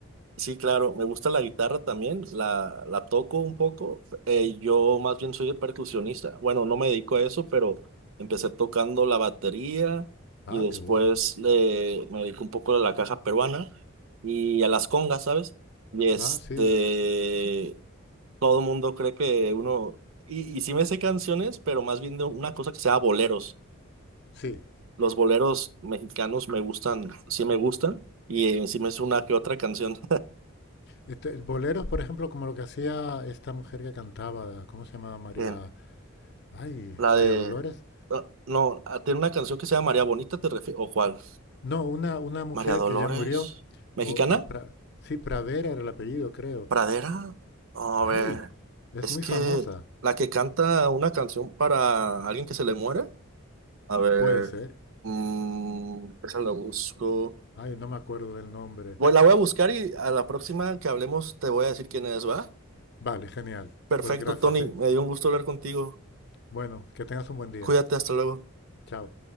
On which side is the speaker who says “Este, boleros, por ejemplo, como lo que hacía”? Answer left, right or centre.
Left